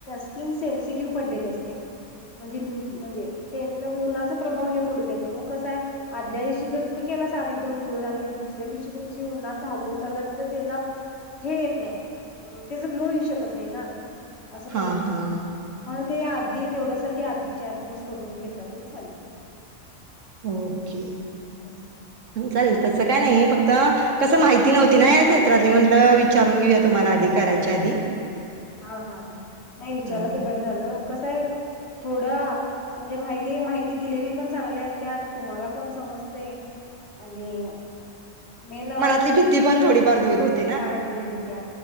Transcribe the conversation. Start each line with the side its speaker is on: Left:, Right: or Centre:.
Left: स्किन सेन्सिटिव्ह पडलेली असत्या. म्हणजे लूज म्हणजे, त्येन उन्हाचा प्रभाव हे पडू देत नाही, मग कसाय आदल्या दिवशी जर तुम्ही केलासा आधी दोन दिवस,, आणि दुसऱ्या दिवशी तुमची उन्हात धावपळ चालू झाली तर त्येजा हे येत नाही,, त्याचा ग्लो येऊ शकत नाही ना,, असं पण
Right: हा
Left: येतय.
Right: हा
Left: म्हणून ते आधी तेवढ्यासाठी आधी चार दिवस करून घेतला तरी चालेल.
Right: ओके,
Left: असं असतं
Right: चालेल तसं काय नाही फक्त कसं माहिती नव्हती ना या क्षेत्रातली,, म्हटलं विचारून घेऊया तुम्हाला आधी करायच्या आधी.
Left: हा हा, नाही विचारलं
Right: अं
Left: ते बरं झालं,, कसाय थोडं म्हणजे माहिती माहिती दिलेली पण चांगली असत्या, तुम्हाला पण समजतय आणि, मेन त्याच
Right: मनातली भीती पण थोडीफार दूर होते ना
Left: फळ दूर होत्या,,